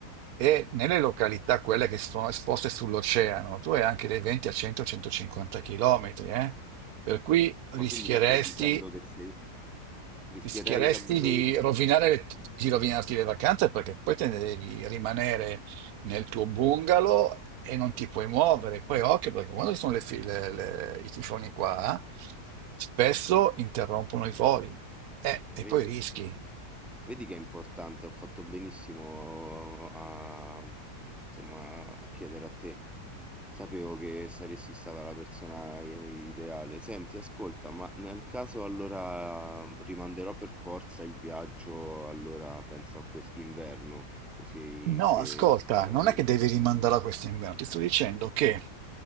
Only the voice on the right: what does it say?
e nelle località, quelle che sono esposte sull'oceano, tu hai anche dei venti a 100-150 km, Per cui rischieresti
Rischieresti
di
rovinare le- di rovinarti le vacanze perché poi te ne devi rimanere nel tuo bungalow e non ti puoi muovere. Poi occhio, perché quando ci sono le fi- le- le- i tifoni qua, spesso interrompono i voli Eh,
e poi
rischi.
No,
ascolta,
non
è che devi rimandare a questo inverno, ti sto dicendo che